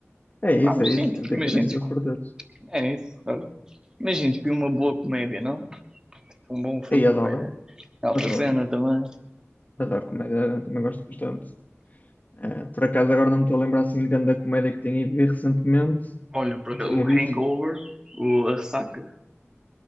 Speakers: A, on the left (about 35°); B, on the right (about 15°).
A: É isso,
B: Ah, mas
A: é isso.
B: sim, tipo,
A: Tentei
B: imagina,
A: caber estilos
B: tipo,
A: para todos.
B: é isso, sabe? Imagina, tipo, uma boa comédia, não? Tipo, Um bom filme
A: Aí
B: de
A: adoro,
B: comédia. Alta
A: adoro.
B: cena também.
A: Adoro comédia, também gosto bastante. Eh, por acaso agora não me estou a lembrar assim de grande da comédia que tenha ido ver recentemente,
B: Olha, por
A: ou
B: acaso,
A: que tenha
B: o
A: visto.
B: Hangover, o, a ressaca.